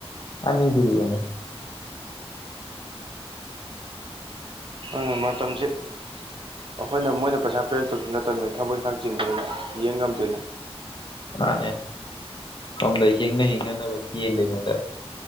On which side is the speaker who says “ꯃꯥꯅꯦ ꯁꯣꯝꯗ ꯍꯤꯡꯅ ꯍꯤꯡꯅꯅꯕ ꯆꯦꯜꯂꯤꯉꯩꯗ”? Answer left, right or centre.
Left